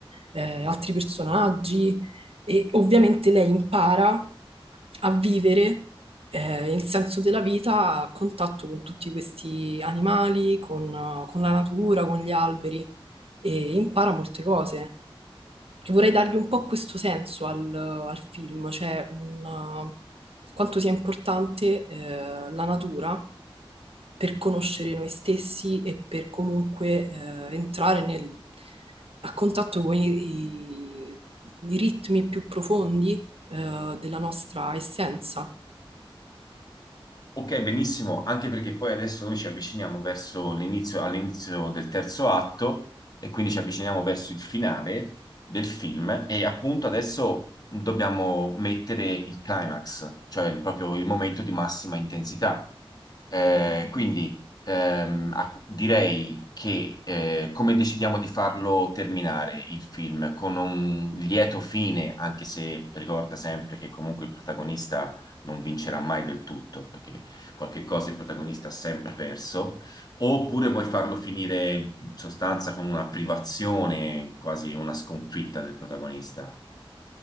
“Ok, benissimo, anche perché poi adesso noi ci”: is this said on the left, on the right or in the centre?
Left